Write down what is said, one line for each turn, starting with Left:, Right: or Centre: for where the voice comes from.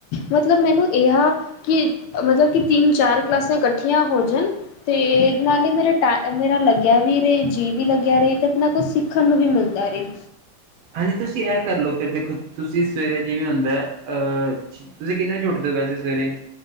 Left: ਮਤਲਬ ਮੈਨੂੰ ਇਹ ਆ ਕਿ ਮਤਲਬ ਕਿ ਤਿੰਨ ਚਾਰ ਕਲਾਸਾਂ ਇਕੱਠੀਆਂ ਹੋ ਜਾਣ ਤੇ ਨਾਲ ਹੀ ਮੇਰਾ ਮੇਰਾ ਲੱਗਿਆ ਵੀ ਰਹੇ ਜੀਅ ਵੀ ਲੱਗਿਆ ਰਹੇ ਤੇ ਨਾ ਕੁਛ ਸਿੱਖਣ ਨੂੰ ਵੀ ਮਿਲਦਾ ਰਹੇ।
Right: ਹਾਂਜੀ ਤੁਸੀਂ ਇਹ ਕਰ ਲਓ ਫਿਰ ਦੇਖੋ ਤੁਸੀਂ ਸਵੇਰੇ ਜਿਵੇਂ ਹੁੰਦਾ ਅਹ ਤੁਸੀਂ ਕਿੰਨੇ ਵਜੇ ਉਠਦੇ ਵੈਸੇ ਸਵੇਰੇ